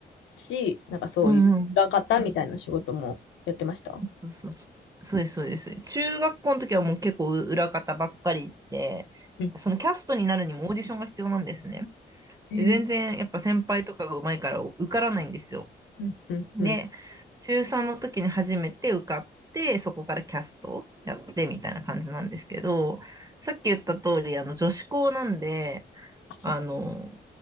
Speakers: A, on the left (about 80°); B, on the right (about 15°).
A: し、なんかそういう裏方みたいな仕事もやってました
B: うんうん、そうそうそう。そうです、そうです。中学校の時はもう結構裏方ばっかりで、
A: うん
B: そのキャストになるにもオーディションが必要なんですね。
A: へえ
B: で、全然やっぱ先輩とかが上手いから受からないんですよ。
A: うんうんうん。
B: で、中3の時に初めて受かって、そこからキャストやってみたいな感じなんですけど、さっき言った通り、あの、女子校なんで、
A: あ、そっか。
B: あの、